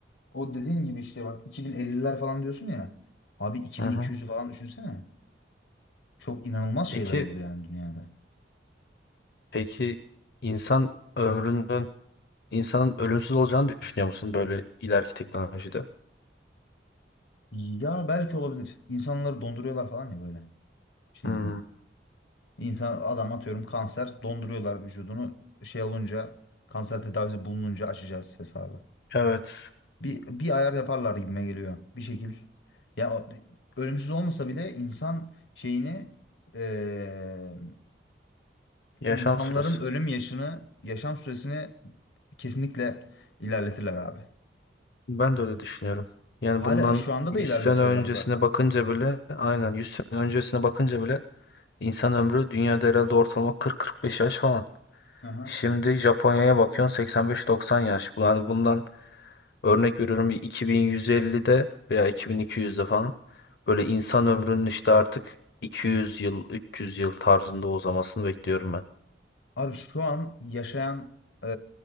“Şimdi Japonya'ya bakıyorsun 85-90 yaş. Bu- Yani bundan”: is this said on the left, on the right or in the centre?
Left